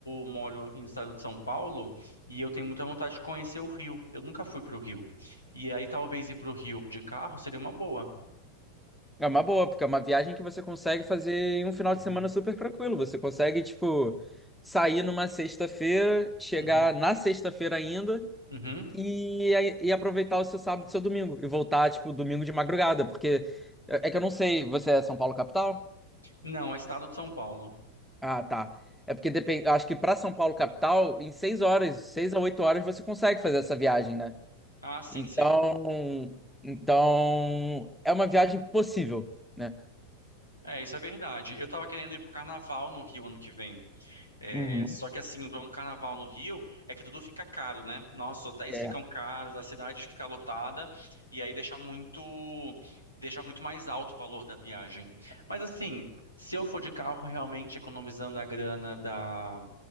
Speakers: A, on the left; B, in the centre.
A: moro no estado de São Paulo e eu tenho muita vontade de conhecer o Rio. Eu nunca fui para o Rio. E aí talvez ir para o Rio de carro seria uma boa.
B: É uma boa, porque é uma viagem que você consegue fazer em um final
A: Uhum,
B: de semana super tranquilo. Você consegue, tipo, sair numa sexta-feira, chegar
A: uhum,
B: na sexta-feira ainda
A: uhum.
B: e, e aproveitar o seu sábado e seu domingo. E voltar, tipo, domingo de madrugada, porque é é que eu não sei, você é São Paulo capital?
A: Não, é estado de São Paulo.
B: Ah, tá. É porque depende, acho que pra São Paulo capital, em seis horas, seis a oito horas você consegue fazer essa viagem, né?
A: Ah, sim,
B: Então,
A: sim.
B: então é uma viagem possível, né?
A: É, isso é verdade. Eu tava querendo ir pro carnaval no Rio ano que vem. É,
B: Uhum.
A: só que assim, o problema do carnaval no Rio é que tudo fica caro, né? Nossa, os hotéis
B: É.
A: ficam caros, a cidade fica lotada e aí deixa muito, deixa muito mais alto o valor da viagem. Mas assim, se eu for de carro realmente economizando a grana da,